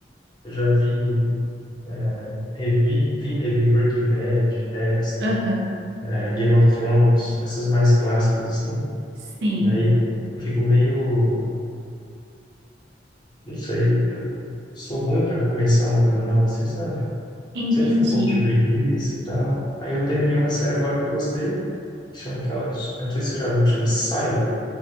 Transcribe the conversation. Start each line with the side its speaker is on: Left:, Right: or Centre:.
Left: eu já vi, é, revi, vi, e revi Breaking Bad, Dexter,
Right: Aham.
Left: eh, Game of Thrones, essas mais clássicas, assim.
Right: Sim.
Left: E aí eu fico meio... Não sei, eu sou ruim pra começar uma coisa nova, assim, sabe?
Right: Entendi.
Left: Sempre fico com um pouco de preguiça e tal. Aí eu terminei uma série agora que eu gostei, Chama aquela, eu não sei se você já viu que chama Silo,